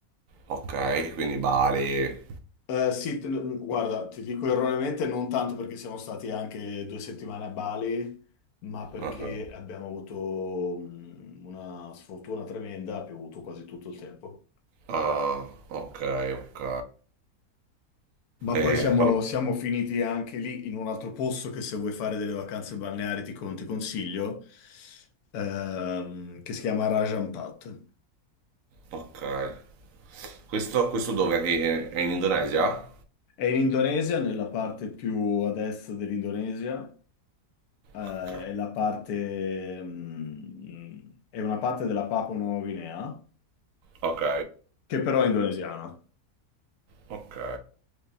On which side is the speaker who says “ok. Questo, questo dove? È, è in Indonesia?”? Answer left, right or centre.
Right